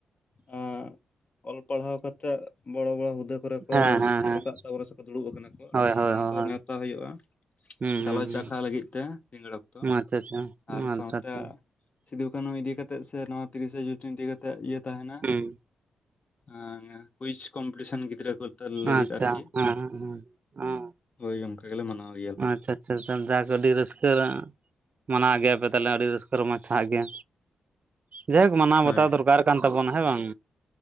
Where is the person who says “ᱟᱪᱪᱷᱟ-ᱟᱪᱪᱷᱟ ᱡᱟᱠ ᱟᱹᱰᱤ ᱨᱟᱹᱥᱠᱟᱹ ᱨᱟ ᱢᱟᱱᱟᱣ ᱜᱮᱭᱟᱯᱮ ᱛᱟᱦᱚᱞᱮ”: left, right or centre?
Right